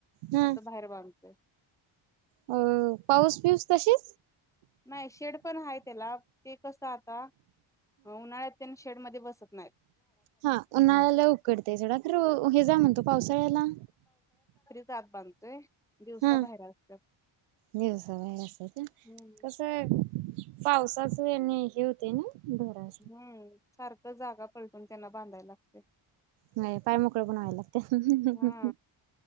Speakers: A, on the right (about 90°); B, in the centre.
A: हा
B: असं बाहेर बांधतोय.
A: अ पाऊस पीऊस कशी
B: नाय शेड पण हाय त्याला ते कसं आता तो नाय तेन शेड मध्ये बसत नाय
A: हा उन्हाळ्या लय उकडतय जेवढा तर हे जा म्हणतो पावसाळ्याला
B: त्यात बांधतोय दिवसा
A: हा
B: बाहेर असतात
A: दिवसा बाहेर असतात का
B: हम्म
A: कस व्हय पावसाचणे हे होते ना ढोरा
B: हम्म सारख जागा पलटून त्यांना बांधायला लागते.
A: नाही पाय मोकळे करायला लागते.
B: हा